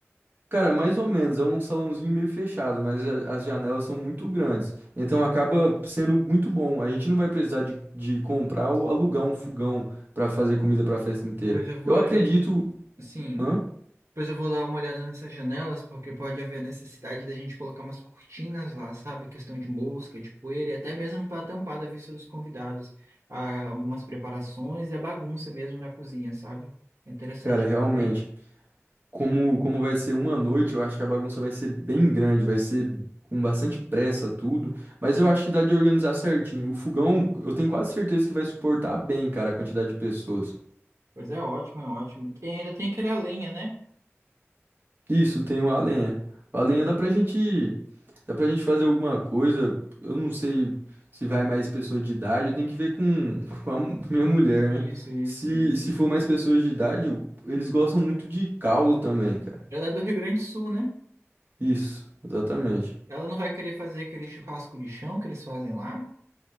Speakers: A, on the right (about 40°); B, on the right (about 75°).
A: Cara, mais ou menos, é um salãozinho meio fechado, mas a- as janelas são muito grandes. Então acaba sendo muito bom. A gente não vai precisar de, de comprar ou alugar um fogão pra fazer comida pra festa inteira.
B: Pois eu vou,
A: Eu acredito.
B: eu, sim,
A: Hã?
B: pois eu vou dar uma olhada nessas janelas, porque pode haver necessidade da gente colocar umas cortinas lá, sabe? Questão de mosca, de poeira, e até mesmo para tampar da vista dos convidados, ah, algumas preparações e a bagunça mesmo na cozinha, sabe? É interessante.
A: Cara, realmente,
B: ver isso.
A: como, como vai ser uma noite, eu acho que a bagunça vai ser bem grande, vai ser com bastante pressa tudo, mas
B: E,
A: eu acho que dá de organizar certinho. O fogão, eu tenho quase certeza que vai suportar bem, cara, a quantidade de pessoas.
B: pois é, ótimo, é ótimo. E ainda tem aquele a lenha, né?
A: Isso, tem o a lenha. A lenha dá pra gente, dá pra gente fazer alguma coisa, eu não sei se vai mais pessoas de idade, eu tenho que ver com, <laughs> com a minha mulher,
B: Isso,
A: né?
B: isso,
A: Se,
B: isso.
A: se for mais pessoas de idade, eles gostam muito de caldo também, cara.
B: Ela é do Rio Grande do Sul, né?
A: Isso, exatamente.
B: Ela não vai querer fazer aquele churrasco de chão que eles fazem lá?